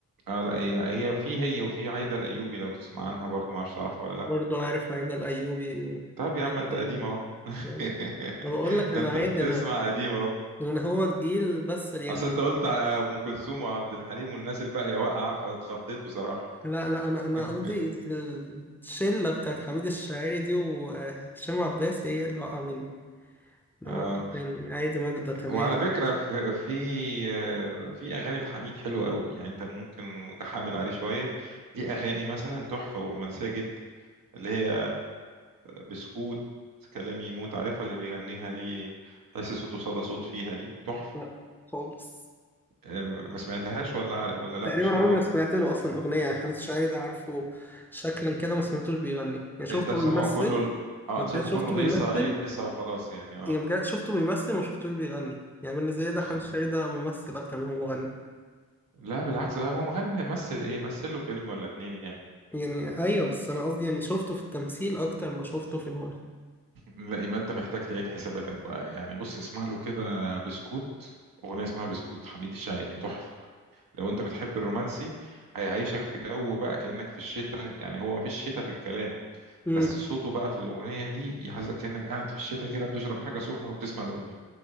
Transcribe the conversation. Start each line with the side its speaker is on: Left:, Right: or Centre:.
Right: اه لا هي هي في هي وفي عايده الايوبي لو تسمع عنها برضو ما اعرفش تعرفها ولا لا
Centre: برضه عارف عايدة الايوبي
Right: طب يا
Centre: عايدة
Right: عم انت
Centre: الايوبي
Right: قديم اهو <laughs>
Centre: جامد انا بقول لك انا
Right: انت
Centre: عادي
Right: بتسمع
Centre: انا
Right: قديم اهو
Centre: انا هو الجيل بس يعني
Right: اصل انت قلت على ام كلثوم وعبد الحليم والناس الباقيه واقعه فاتخضيت بصراحه
Centre: لا لا انا انا
Right: <laughs>
Centre: قصدي الشله بتاعت حميد الشاعري دي وهشام عباس هي اللي وقع مني انما
Right: اه
Centre: ده يعني عادي ماجدة تمام
Right: وعلى فكره في في آه، في اغاني لحميد حلوه قوي يعني انت ممكن متحامل عليه شويه ليه اغاني مثلا تحفه ورومانسيه جدا اللي هي بسكوت كلامي يموت عارفها اللي بيغنيها دي تحس صوته صدى صوت فيها دي تحفة
Centre: لا خالص
Right: آه، ما سمعتهاش ولا ولا لا
Centre: تقريبا
Right: مش حلوة
Centre: عمري ما سمعت له اصلا اغنيه يعني حميد الشاعري ده عارفه شكلا كده ما سمعتوش بيغني يعني شفته
Right: انت سامعه
Centre: بيمثل
Right: كله ال- اه انا
Centre: وكده
Right: شايفه
Centre: شفته
Right: كله
Centre: بيمثل
Right: هيصة هيصة وخلاص يعني اه
Centre: يعني بجد شفته بيمثل وما شفتوش بيغني يعني بالنسبه لي ده حميد
Right: خ-
Centre: الشاعري ده ممثل اكتر ما هو مغني
Right: لا بالعكس ده هو مغني مثل ايه مثل له فيلم ولا اتنين يعني
Centre: يعني ايوه بس انا قصدي يعني شفته في التمثيل اكتر ما شفته في الغنى
Right: لا يبقى انت محتاج تعيد حساباتك بقى يعني بص اسمع له كده بسكوت اغنية اسمها بسكوت حميد الشاعري تحفة لو انت بتحب الرومانسي هيعيشك في جو بقى كأنك في الشتاء يعني هو مفيش شتاء في الكلام
Centre: امم
Right: بس صوته بقى في الأغنية دي يحسسك كأنك قاعد في الشتاء كده بتشرب حاجة سخنة وبتسمع الأغنية